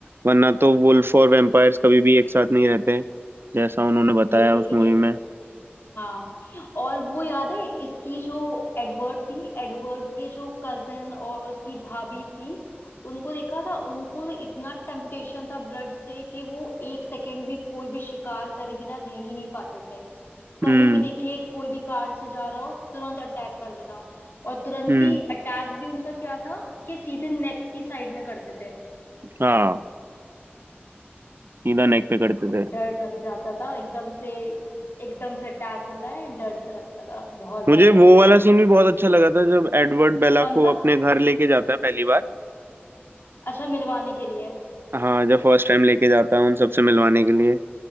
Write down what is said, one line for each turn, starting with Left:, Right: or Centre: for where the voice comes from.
Right: वरना तो वुल्फ और वैम्पायर्स कभी भी एक साथ नहीं रहते जैसा उन्होंने बताया
Left: बिल्कुल
Right: उस
Left: भी
Right: मूवी
Left: नहीं
Right: में
Left: हाँ और वो याद है इसकी जो एडवर्ड थी एडवर्ड के जो कजिन और उसकी भाभी थी उनको देखा था उनको इतना टेम्पटेशन था ब्लड से कि वो एक सेकेंड भी कोई भी शिकार करे बिना रह ही नहीं पाते थे कहीं
Right: हम्म
Left: भी देखे कोई भी कार से जा रहा हो तुरंत अटैक कर देना और तुरंत
Right: हम्म
Left: ही अटैक भी उनका क्या था कि सीधे नेक की साइड में करते थे
Right: हाँ सीधा नेक पे करते थे
Left: डर लग जाता था एकदम से एकदम से अटैक हो रहा है डर सा लगता था बहुत ज्यादा
Right: मुझे वो वाला सीन भी बहुत अच्छा लगा था जब एडवर्ड बेला
Left: कौन
Right: को
Left: सा
Right: अपने घर लेके जाता है पहली बार
Left: अच्छा मिलवाने के लिए
Right: हाँ जब फर्स्ट टाइम लेके जाता है उन सबसे मिलवाने के लिए